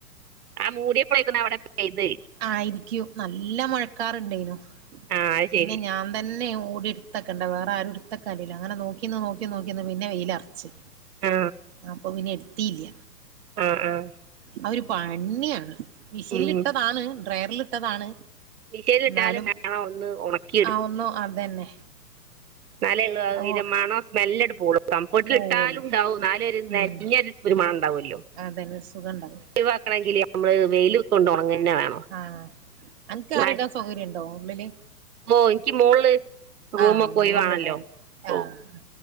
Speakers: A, on the right; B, on the right.
A: ആ മൂടേപ്പളേക്കുംന്നാ അവടെ പെയ്ത്
B: ആയിരിക്ക്യും നല്ല മഴക്കാറുണ്ടേനു
A: ആ അത്
B: പിന്നെ
A: ശരി
B: ഞാൻ തന്നെ ഓടി ഇടത്തക്കണ്ടെ വേറെ ആരും ഇട്ത്തെക്കാല്ലല്ലോ അങ്ങനെ നോക്കിന്ന് നോക്കി നോക്കിന്ന് പിന്നെ വെയിലറച്ച്
A: ആ
B: അപ്പം പിന്നെ എട്ത്തീല്ല
A: അഹ് ആഹ്
B: അതൊരു പണിയാണ് മിഷീല്ല്ട്ടതാണ്
A: ഉം
B: ഡ്രയറല്ട്ടതാണ്
A: മിഷീനിലിട്ടാലും
B: ന്നാലും
A: വേണം ഒന്ന് ഉണക്കി
B: ആ ഒന്നോ അതന്നെ
A: ന്നാലേ അയിൻ്റെ
B: അ
A: മണം സ്മെല്ലാണ്ട് പോവൊള്ളൂ കംഫോർട്ടിൽ
B: പോവുള്ളു
A: ഇട്ടാലും ഉണ്ടാവും ന്നാലും ഒരു നെഞ്ഞര്
B: ഉം
A: ഒരു മണണ്ടാവല്ലോ
B: അതന്നെ ഒര് സുഖണ്ടാവും
A: വാക്കണെങ്കിൽ നമ്മള് വെയില് കൊണ്ട് ഒന്നുണങ്ങന്നെ വേണം
B: ആഹ് അൻക്ക്
A: ന-
B: ആറിടാൻ സൗകര്യണ്ടോ ഉള്ളില്
A: ഓ ഇൻക്ക് മോള് റൂമൊക്കെ
B: ആഹ് മോളിലിടാല്ലേ
A: ഒയിവാണല്ലോ
B: ആഹ്
A: ഓ